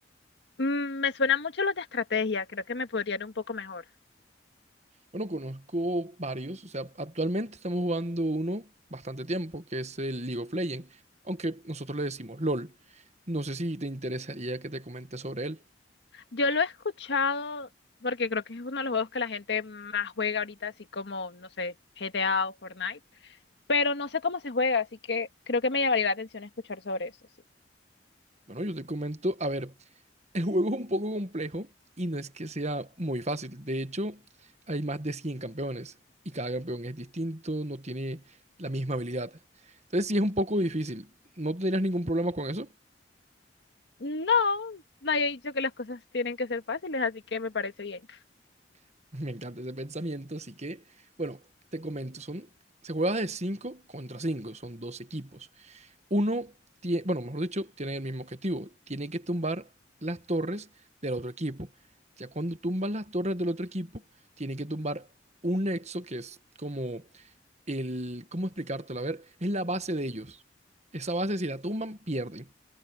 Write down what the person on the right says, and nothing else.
Bueno, conozco varios. O sea, actualmente estamos jugando uno bastante tiempo, que es el League of Legends. Aunque nosotros le decimos LOL. No sé si te interesaría que te comente sobre él.
Bueno, yo te comento. A ver. El juego es un poco complejo y no es que sea muy fácil. De hecho, hay más de 100 campeones y cada campeón es distinto, no tiene la misma habilidad. Entonces, sí es un poco difícil. ¿No tendrías ningún problema con eso?
<laughs> Me encanta ese pensamiento, así que, bueno, te comento, son, se juega de 5 contra 5, son dos equipos. Uno tiene, bueno, mejor dicho, tiene el mismo objetivo. Tiene que tumbar las torres del otro equipo. Ya cuando tumban las torres del otro equipo, tiene que tumbar un nexo que es como el, ¿cómo explicártelo? A ver, es la base de ellos. Esa base, si la tumban, pierden.